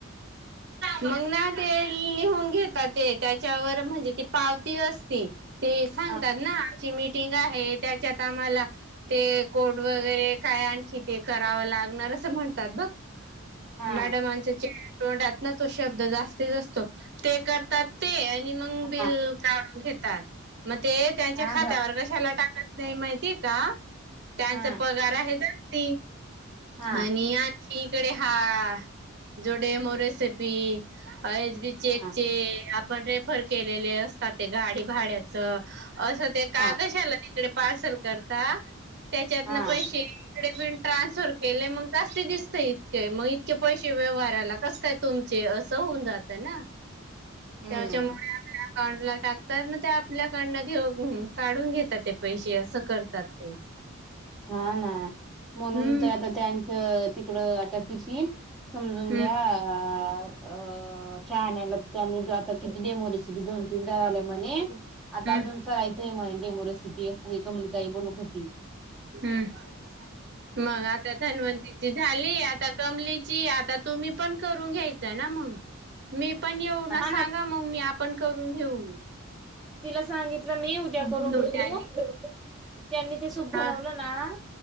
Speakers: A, on the right; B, in the centre.
A: मग ना ते लिहून घेतातात त्याच्यावर म्हणजे ती पावती असती ते सांगतात
B: हा
A: ना आमची मीठ आहे त्याच्यात आम्हाला ते कोड वगैरे काय आणखी ते कराव लागणार म्हणतात ब
B: हा
A: मॅडम तोडात ना तो शब्द जास्ती जास्तो ते करतात ते आणि बून
B: हा
A: घ म त्यांच्या
B: हा
A: खात्यावर
B: का
A: कशाला नाही माहितीय का त्यांचा
B: हा
A: पगार आहे जास्ती
B: हा
A: आणि आणखी इकडे हा जोडेमोरेसिपी एच बी चेकचे
B: हा
A: आपण रेफर केलेले असतात ते गाडी भाड्याच असं ते कागशाला
B: हा
A: तिकडे पार्सल करता त्याच्यातन
B: हा
A: पैसेकडे ट्रान्सफर केले मग जास्ती दिसत इतके मग पैसे व्यवहाराला कस काय तुमचे असं होऊन जातं ना
B: हम्म
A: त्यावच्या मो अकाउंट ला टाकतात मग ते आपल्याक घेऊ काढून घेतात ते पैसे असं करतात ते
B: हा ना म्हणून
A: हम्म
B: तर आता त्यांचं तिकड आता किती सुमलंग
A: हम्म
B: अ शहाण्याला त्यानी आता किती डेमोरेसिी दोन तीन जावले म्हणे आता
A: हम्म
B: अजून करायचंय मणे डेमोरेसिपी अस मिळत बोलू खी
A: हम् मग आता धन्वंतीची झाली आता कमली आता तुम्ही पण करून घ्याय ना मग मी पण ये
B: हा
A: सांगा
B: ना
A: मग मी आपण करून घेऊ मी
B: तिला सांगितलं मी उज्या करून
A: त्यानी
B: त्यांनी ते सूप बनवलं
A: हा
B: ना